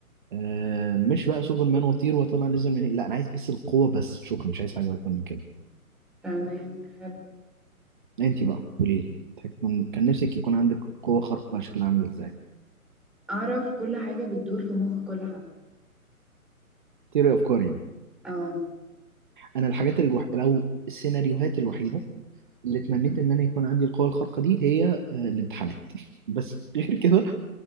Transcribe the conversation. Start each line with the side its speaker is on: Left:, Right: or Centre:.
Right: آه، مش بقى سوبرمان وطير واطلع ليزر منين لا انا عايز بس القوه بس شكرا مش عايز حاجه اكتر من كده
Centre: تمام حلو
Right: انت بقى قولي لي تكون- كان كان نفسك يكون عندك قوه خارقه شكلها عامل ازاي
Centre: اعرف كل حاجه بتدور في مخ كل حد
Right: تيري افكار يعني
Centre: اه
Right: انا الحاجات الوح... لو السيناريوهات الوحيده اللي اتمنيت ان انا يكون عندي القوه الخارقه دي هي آه، الامتحانات <laughs> بس غير كده